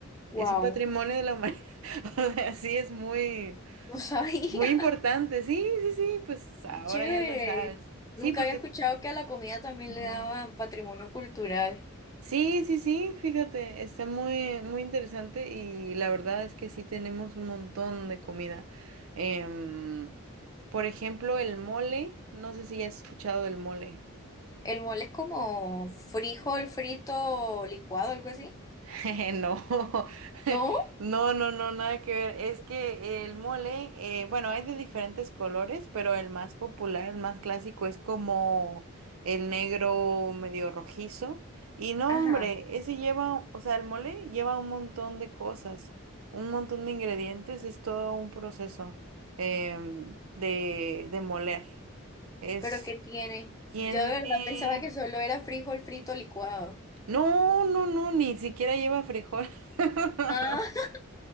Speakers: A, on the left (about 15°); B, on the right (about 75°).
A: wow,
B: Es un patrimonio de la humanidad. <laughs> O sea, sí, es muy,
A: no sabía.
B: muy importante. Sí, sí, sí, pues
A: <laughs>
B: ahora
A: Qué chévere.
B: ya lo sabes. Sí,
A: Nunca
B: porque...
A: había escuchado que a la comida también
B: Ujú.
A: le daban patrimonio cultural.
B: Sí, sí, sí, fíjate, está muy, muy interesante y la verdad es que sí tenemos un montón de comida. Em, por ejemplo, el mole, no sé si has escuchado del mole.
A: El mole es como frijol frito licuado, algo así.
B: <laughs> No, <laughs>
A: ¿No?
B: no, no, no, nada que ver. Es que el mole, eh, bueno, hay de diferentes colores, pero el más popular, el más clásico es como el negro medio rojizo. Y no,
A: Ajá.
B: hombre, ese lleva, o sea, el mole lleva un montón de cosas, un montón de ingredientes, es todo un proceso em, de, de moler. Es,
A: Pero ¿qué tiene?
B: tiene...
A: Yo de verdad pensaba que solo era frijol frito licuado.
B: No, no, no, ni siquiera lleva frijol. <laughs>
A: Ah,